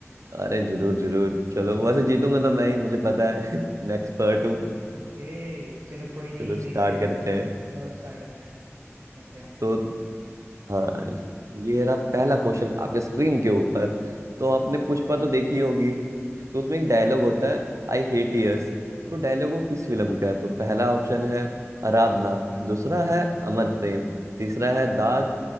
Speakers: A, on the right; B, on the right.
A: अरे जरूर जरूर चलो
B: ठीक
A: वैसे जीतूंगा तो मैं ही मुझे पता है <laughs> मैं एक्सपर्ट
B: ओके चलो कोई नहीं
A: चलो
B: देखते
A: स्टार्ट करते
B: हैं
A: हैं
B: चलो स्टार्ट करते हैं ओके
A: तो हाँ ये रहा पहला क्वेश्चन आपके स्क्रीन के ऊपर तो आपने पुष्पा तो देखी होगी तो उसमें एक डायलॉग होता है आई हेट टीयर्स तो डायलॉग वो किस फिल्म का है तो पहला ऑप्शन है आराधना दूसरा है अमर प्रेम तीसरा है दाग